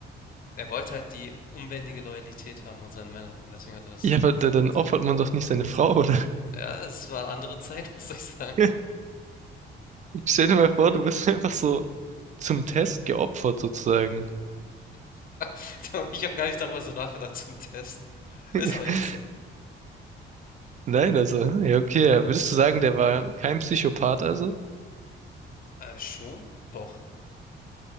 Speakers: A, on the left (about 45°); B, on the right (about 40°).
A: Er wollte halt die unbändige Loyalität haben von seinen Männern und deswegen hat er das
B: Ja, aber da-
A: das hat
B: dann
A: ich durchgezogen.
B: opfert man doch nicht seine Frau, oder?
A: Ja, es waren andere Zeiten, <laughs> was soll ich sagen?
B: <laughs> Stell dir mal vor, du bist einfach so zum Test geopfert, sozusagen.
A: <laughs> ich habe gar nicht darüber so nachgedacht zum Test.
B: <laughs>
A: Ist aber echt so.
B: Nein, also, hm, ja, okay. ja. Würdest du sagen, der war kein Psychopath, also?
A: Äh, schon, doch.